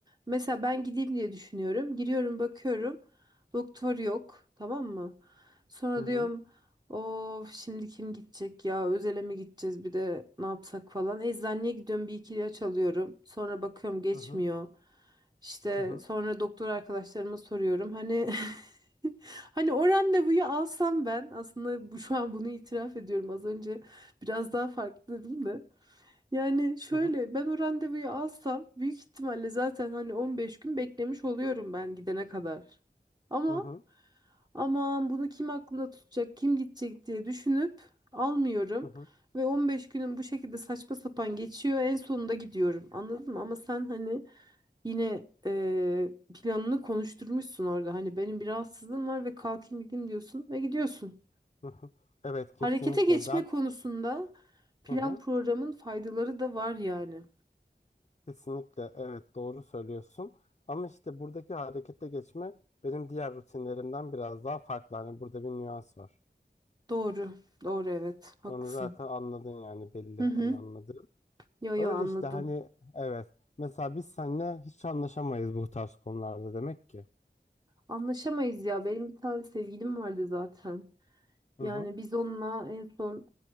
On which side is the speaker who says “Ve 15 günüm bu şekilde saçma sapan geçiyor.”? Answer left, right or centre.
Right